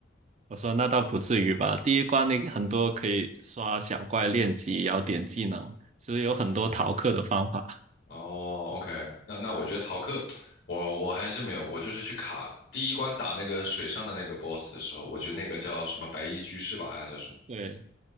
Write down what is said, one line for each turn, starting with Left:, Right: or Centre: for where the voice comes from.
Right: 我说那倒不至于吧。第一关你很多可以刷小怪练级，然后点技能，所以有很多逃课的方法。
Left: 哦，OK，那那我觉得逃课，我我还是没有，我就是去卡第一关打那个水上的那个 BOSS 的时候，我觉得那个叫什么白衣居士吧，还是叫什么，
Right: 对，